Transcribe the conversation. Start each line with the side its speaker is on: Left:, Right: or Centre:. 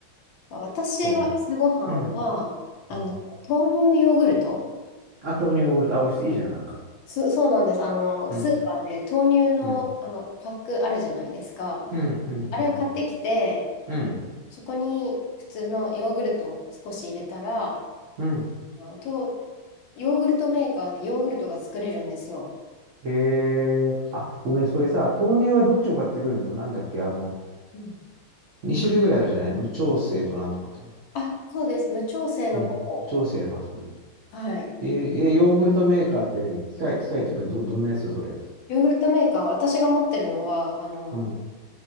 Left: 私は朝ごはんは、
Right: う。そう。うん。
Left: あの、
Right: うん
Left: 豆乳ヨーグルト。
Right: あ、豆乳ヨーグルト。あ、美味しい。いいじゃん、なんか。
Left: そ、そうなんです。あの、
Right: うん、
Left: スーパーで豆乳の、
Right: うん、
Left: あの、パックあるじゃないですか。
Right: うん、うん、
Left: あれを買ってきて、
Right: うん、うん、うん。
Left: そこに普通のヨーグルトを少し入れたら、
Right: うん
Left: あと、ヨーグルトメーカーでヨーグルトが作れるんですよ。
Right: えー、あ、ごめん、それさ、豆乳はどっちを買ってくるのなんだっけ、あの、
Left: うん
Right: 2種類ぐらいあるじゃない無調整となんとかっていうのと。
Left: あ、そうです。無調整の方。
Right: うん。無調整を買ってくるの。
Left: はい。
Right: え、え、ヨーグルトメーカーって何機械、機械というか、ど、どんなやつそれ。
Left: ヨーグルトメーカー、私が持ってるのは、あの、
Right: うん、